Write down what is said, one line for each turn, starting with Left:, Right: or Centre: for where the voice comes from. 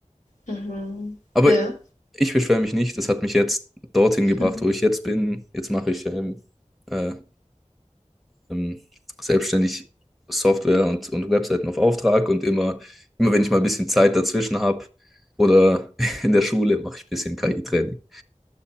Left: mhm.
Centre: Aber
Left: Ja.
Centre: ich beschwere mich nicht, das hat mich jetzt dorthin gebracht,
Left: Mhm.
Centre: wo ich jetzt bin. Jetzt mache ich ähm, äh, ähm, selbstständig Software und, und Webseiten auf Auftrag und immer, immer wenn ich mal ein bisschen Zeit dazwischen habe oder <laughs> in der Schule, mache ich ein bisschen KI-Training. <laughs>